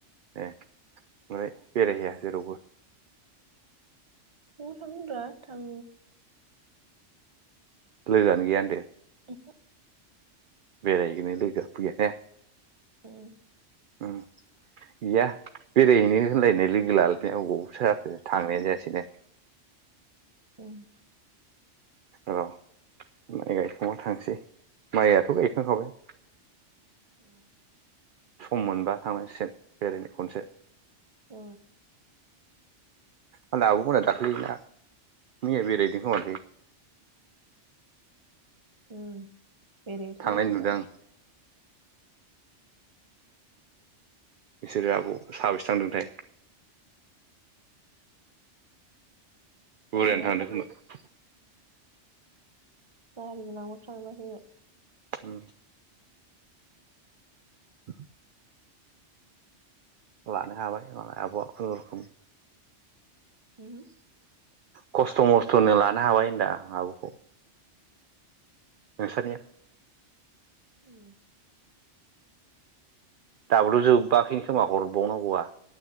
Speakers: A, on the right (about 55°); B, on the right (about 25°).
A: ए फ्राय बेरायहैया जेरावबो
B: बबाव थांनो ब्रा थां
A: लोगोआनो गैया होनदो
B: उम हो
A: बेराय हैनो लोगोआ फैया ने
B: उम
A: उम गैया बेरायहैनो होनलायनाय लोग लालायनाया अबावथो जाखो थांनायानो जायासैनो
B: ओम
A: औ माइ गायखांबा थांसै माइयाथ' गायखांखाबाय
B: <unintelligible>
A: सम मोनबा थांनांसिगोन बेरायनो खनसे
B: औ
A: मालाय आब'मोना दाख्लैना मिया बेैरायहैदों‌ खोमालै
B: ओम बेरायहैथों
A: थांनाय
B: इस्रा
A: नुदों आं बिसोरो आब' साबेसे थांदोंथाय बुरजायानो
B: जानो
A: थांदों खोमा
B: गारि गोनां <unintelligible>
A: ओम <inaudible> लानो हाबासोमोन आब'आ खुनुरुखुम
B: उमहो
A: खस्थ' मस्थ'नो लानो हाबाय होनदा आं आब'खौ नोंसानिया
B: उम
A: दाबोथ' जोबाखै खोमा हरबावनांगौआ